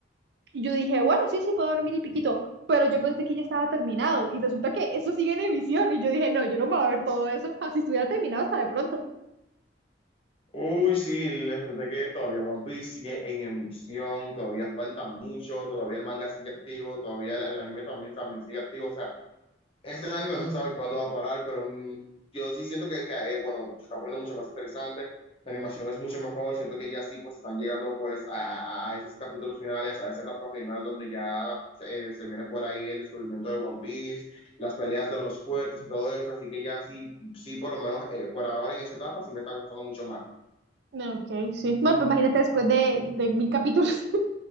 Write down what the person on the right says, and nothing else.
Y yo dije, bueno, sí, sí, puedo dormir y piquito, pero yo pensé que ya estaba terminado y resulta que eso sigue en emisión y yo dije, no, yo no me voy a ver todo eso, así estuviera terminado hasta de pronto.
No, Ok, sí. Bueno, pues imagínate después de, de mil capítulos,